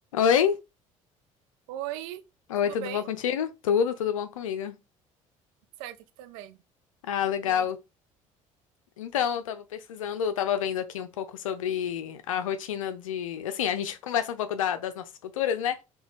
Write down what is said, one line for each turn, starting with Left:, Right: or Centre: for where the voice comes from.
Left: Oi?
Right: Oi,
Left: Oi,
Right: tudo
Left: tudo
Right: bem?
Left: bom contigo? Tudo, tudo bom comigo.
Right: Certo aqui também.
Left: Ah, legal.
Right: E aí?
Left: Então, eu tava pesquisando, eu tava vendo aqui um pouco sobre a rotina de. Assim, a gente conversa um pouco da- das nossas culturas, né?